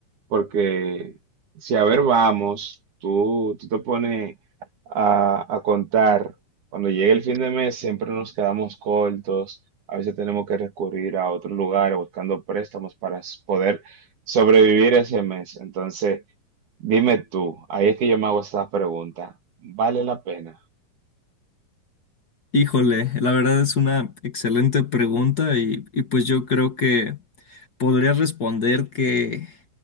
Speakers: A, on the right; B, on the left.
A: Porque si a ver vamos, tú, tú te pones a, a contar, cuando llega el fin de mes siempre nos quedamos cortos, a veces tenemos que recurrir a otros lugares buscando préstamos para s- poder sobrevivir ese mes. Entonces, dime tú, ahí es que yo me hago esta pregunta, ¿vale la pena?
B: <laughs> Híjole, la verdad es una excelente pregunta y, y pues yo creo que podría responder que